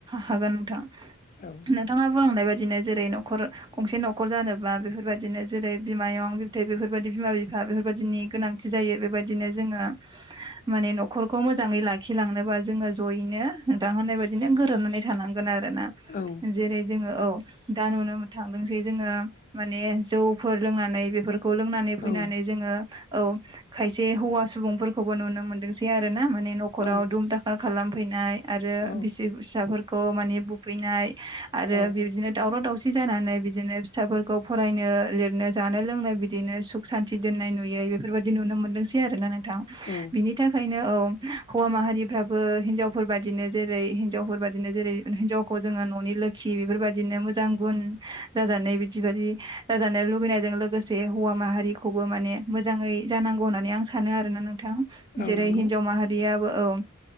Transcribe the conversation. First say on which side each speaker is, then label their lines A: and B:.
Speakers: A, on the right (about 20°); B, on the left (about 35°).
A: हागोन नोंथां
B: औ
A: नोंथाङा नों बुंलांनाय बादिनो जेरै न'खर गंसे न'खर जानोबा बेफोरबायदिनो जेरै बिमायं बिबथै बेफोरबायदि बिमा- बिफा बेफोरबायदिनि गोनांथि जायो बेबायदिनो जोङो माने नख'रखौ मोजाङै लाखि लांनोबा जोङो जयैनो नोंथां होननाय बाय दिनो गोरोबनानै थानांगोन आरो ना
B: औ
A: जेरै जोङो औ। दा नुनो मोन थांदोंसै जोङो माने जौफोर लोंनानै बेफोर खौ लोंनानै फैनानै
B: औ
A: जोङो औ खायसे हौवा सुबुंफोरखौबो नुनो मोनदोंसै आरो ना माने नख'राव
B: औ
A: दुम दाखाल खालामफैनाय आरो
B: औ
A: बिसि फिसाफोरखौ माने बुफैनाय आरो
B: औ
A: बिबदिनो दावराव- दावसि जानानै बिदिनो फिसाफोरखौ फरायनो लिरनो जानो लोंनो बिदिनो सुख सान्थि दोननाय नुयै नै बेफोरबादि नुनो मोनदोंसै आरो ना नों थां
B: औ
A: बिनि थाखायनो औ हौवा माहारिफ्राबो हिनजावफोर बादिनो जेरै हिन जावफोर बादिनो जेरै हिनजावखौ जोङो न'नि लोखि बेफोरबायदिनो मोजां गुन जाजानाय बिदि बा दि जाजानो लुुगैनायजों लोगोसे हौवा माहारिखौबो माने मोजाङै जानांगौ होननानै आं सानो आरोना नों थां
B: औ
A: जेरै
B: नंगौ
A: हिनजाव माहारियाबो औ